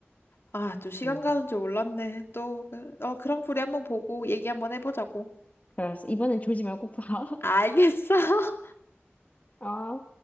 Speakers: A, on the left (about 65°); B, on the left (about 35°).
A: 아, 또 시간
B: 너무
A: 가는
B: 좋아.
A: 줄 몰랐네. 또, 어, 그랑프리 한번 보고 얘기 한번 해보자고.
B: 그래서 이번엔 졸지 말고 꼭 봐. <laughs>
A: 알겠어.
B: 아.